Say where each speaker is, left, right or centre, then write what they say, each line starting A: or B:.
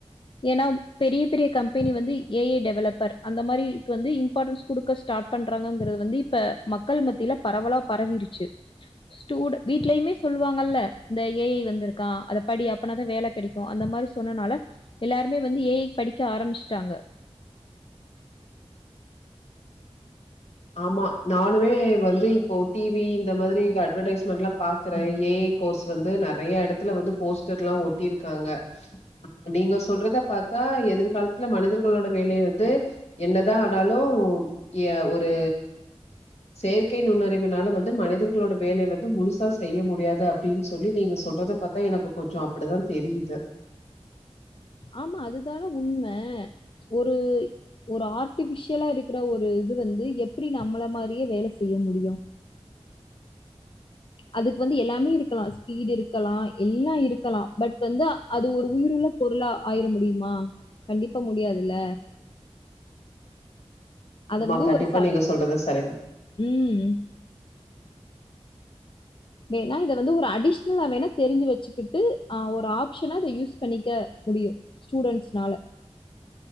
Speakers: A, on the left; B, on the left.
A: ஏனா பெரிய பெரிய கம்பெனி வந்து ஏ ஐ டெவலப்பர் அந்த மாதிரிக்கு வந்து இ ம்பாடன்ஸ் குடுக்க ஸ்டார்ட் பண்றாங்கங்கிறது வந்து இப்ப மக்கள் மத்தியில பரவலா பரவிருச்சு ஸ்டூ வீட்லயுமே சொல்லு வாங்கல்ல இந்த ஏ ஐ வந்திருக்கா அத படி அப்பனாதா வேல கெடைக் கு அந்த மாரி சொன்னனால எல்லாருமே வந்து ஏ ஐ க் படிக்க ஆரம்பிச்சுட்டாங்க
B: ஆமா நானுமே வந்து இபோ டி வி இந்த மாத்ரி அட்வெர்டைஸ்மெண்ட்லா பாக்குறே ஏ ஐ கோர்ஸ் வந்து நெறய எடத்துல வந்து போஸ்டர் எல்லா ஒட்டியிருக்காங்க நீங்க சொல்றத பாத்தா எதிர்காலத்துல மனிதர்களோட வேலய வந்து என்னதா ஆனாலு எ ஒரு செயற்கை நுண்ணறிவுனால வந்து மனிதர்களோட வேல வந்து முழுசா செய்ய முடியாது அப்டின்னு சொல்லி நீங்க சொல்றத பாத் தா எனக்கு கொஞ்ச அப்டிதா தெரியிது
A: ஆமா அதுதானே உண்ம ஒரு ஒரு ஆர்ட்டிபிஷியலா இருக்கிற ஒரு இது வந்து எப்டி நம்மள மாரியே வேல செய்ய முடியு அதுக்கு வந்து எல்லாமே இருக்கலா ஸ்பீடு இருக்கலா எல்லா இருக்கலா பட் வந்து அது ஒரு உயிருள்ள பொருளா ஆயிர முடிய்மா கண்டிப்பா முடியாதுல அத
B: ஆமா
A: வந்து
B: கண்டிப்பா
A: ஒரு ச
B: நீங்க சொல்றது சரிதா
A: ம் வேணா இத வந்து ஒரு அடிஷ்னலா வேணா தெரிஞ்சு வெச்சுக்கிட்டு ஆ ஒரு ஆப்ஷனா அத யூஸ் பண்ணிக்க முடியு ஸ்டூடெண்ட்ஸ்னால